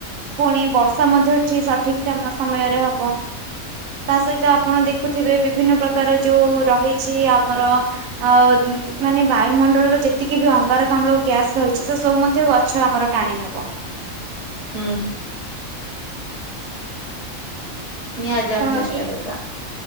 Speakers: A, on the right (about 80°); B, on the left (about 30°).
A: ପୁଣି ବର୍ଷା ମଧ୍ୟ ସଠିକ ସମୟରେ ହବ। ତା ସହିତ ଆପଣ ଦେଖୁଥିବେ ବିଭିନ୍ନ ପ୍ରକାର ଯୋଉ ରହିଛି ଆମର ଆଉ ମାନେ ବାୟୁମଣ୍ଡଳର ଯେତିକି ବି ଅଙ୍ଗାରକାମ୍ଳ ଗ୍ୟାସ ରହିଛି ସେ ସବୁ ମଧ୍ୟ ଗଛ ଆମର ଟାଣି ନେବ
B: ହଁ। ନିହାତି ଆମେ
A: ତ
B: ଚେଷ୍ଟା
A: ଏଇ
B: କରିବା।